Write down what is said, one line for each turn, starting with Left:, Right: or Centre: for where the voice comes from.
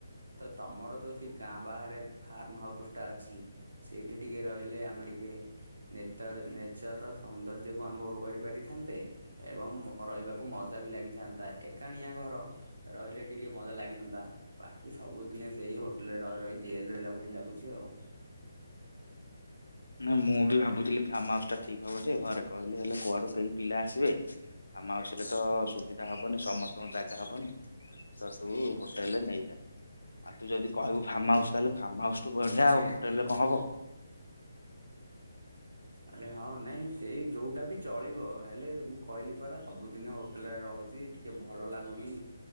Right: ତ ତମର ଯଦି ସେ ଗାଁ ବାହାରେ ଫାର୍ମ ହାଉସଟା ଅଛି। ସେଇଠି ଟିକେ ରହିଲେ ଆମେ ଟିକେ ନେତର ନେଚର ସୌନ୍ଦର୍ଯ୍ୟକୁ ଅନୁଭବ କରିପାରିଥାନ୍ତେ। ଏବଂ ରହିବାକୁ ମଜା ବି ଲାଗିଥାନ୍ତା ଏକାଣିଆ ଘର। ରହିଲେ ଟିକେ ମଜା ଲାଗିଥାନ୍ତା। ବାକି ସବୁଦିନେ ସେଇ ହୋଟେଲରେ ରହି ରହି ଜେଲରେ ରହିଲା ଭଳି ଲାଗୁଛି ଆଉ।
Left: ନାଁ ମୁଁ ବି ଭାବୁଥିଲି ଫାର୍ମ ହାଉସ ଟା ଠିକ୍ ହବଜେ ଘରେ କହିଲି ହେଲେ କୁଆଡୁ କେହି ପିଲା ଆସିବେ। ଆମ ହାଉସରେ ତ ସୁ ସୁବିଧା ହବନି ସମସ୍ତଙ୍କୁ ଜାଗା ହବନି। ତ ତୁ ହୋଟେଲରେ ନେଇଯା। ଆଉ ତୁ ଯଦି କହିବୁ ଫାର୍ମ ହାଉସ ତାହେଲେ ଫାର୍ମ ହାଉସ ଠୁ ବଢିଆ ଆଉ ହୋଟେଲ ରେ କଣ ହବ।
Right: ଆରେ ହଁ ନାଇଁ ଏଇ ଯୋଉଟା ବି ଚଳିବ ହେଲେ ମୁଁ କହିଲି ପରା ସବୁଦିନ ହୋଟେଲରେ ରହୁଚି। ଟିକେ ଭଲ ଲାଗୁନି।